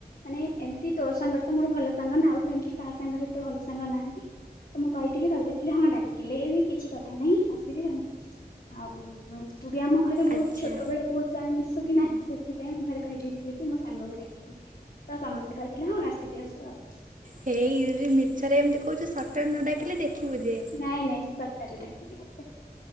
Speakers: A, on the left; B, on the right.
A: ମାନେ ଏମିତି ତୋ ସାଙ୍ଗରେ ତ ମୋର ଭଲ ସାଙ୍ଗ ନା ଆଉ ସେମିତି କାହା ସାଙ୍ଗରେ ଏତେ ଭଲ ସାଙ୍ଗ ନାହାନ୍ତି। ତ ମୁଁ କହିଥିଲି ଘର କହିଥିଲେ ହଁ ଡାକିଲେ ବି କିଛି କଥା କଥା ନାଇଁ ଆସିବେ ଆଉ। ଆଉ ତୁ ବି ଆମ ଘରେ ବହୁତ
B: ଆଚ୍ଛା
A: ଛୋଟବେଳେ ବହୁତ ମିଶୁ କି ନାହିଁ ସେଥିପାଇଁ ମୁଁ ଘରେ କହିଦେଇଥିଲି କି ମୋ ସାଙ୍ଗକୁ ଡାକିବି। ତ ସମସ୍ତେ କହିଥିଲେ ହଁ ଆସିକି ଆସିବ ଆଉ।
B: ହେଇ ଯଦି ମିଛରେ ଏମିତି କହୁଛୁ ସତରେ ନ ଡାକିଲେ ଦେଖିବୁ ଯେ।
A: ନାଇଁ ନାଇଁ ସତରେ ଡାକିବି ତତେ।